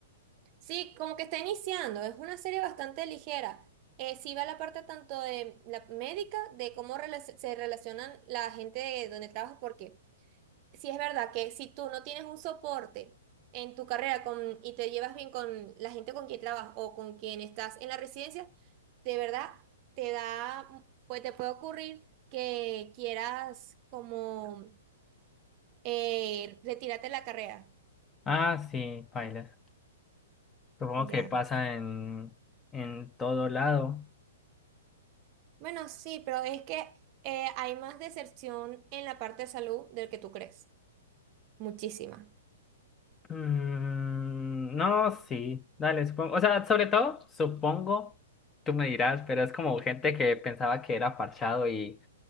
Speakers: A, on the right; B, on the left.
A: Sí, como que está iniciando. Es una serie bastante ligera. Eh, sí va la parte tanto de la médica, de cómo relac- se relacionan la gente de donde trabaja, porque Sí, es verdad que si tú no tienes un soporte en tu carrera con, y te llevas bien con la gente con quien trabajas o con quien estás en la residencia, de verdad te da, pues te puede ocurrir que quieras como eh, retirarte de la carrera.
B: Ah, sí, bailes. Supongo
A: Ya.
B: que pasa en, en todo lado.
A: Bueno, sí, pero es que eh, hay más deserción en la parte de salud del que tú crees. Muchísima.
B: Mm, no, sí, dale, supongo. O sea, sobre todo, supongo, tú me dirás, pero es como gente que pensaba que era parchado y